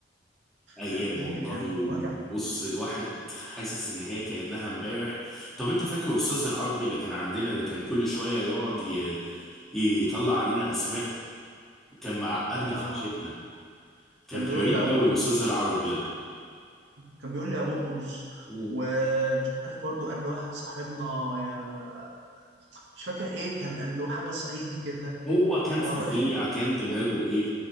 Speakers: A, in the centre; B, on the right.
A: ايام
B: لا بجد
A: والله
B: كان
A: وبص
B: وجع
A: الواحد حاسس ان هي كانها امبارح طب انت فاكر استاذ العربي اللي كان عندنا اللي كان كل شويه يقعد ي- يطلع علينا اسماء كان معقدنا
B: يا
A: في عيشتنا كان
B: كان
A: غريب
B: بيقول لي يا بقلظ
A: قوي استاذ العربي ده
B: كان بيقول لي يا بقلظ
A: مم.
B: ومش عارف برضو قال لواحد صاحبنا يا مش فاكر ايه كان قال له حاجه صعيدي كده
A: هو كان
B: هو
A: فظيع
B: الراجل ده
A: كان
B: كان
A: دماغه
B: اه
A: ايه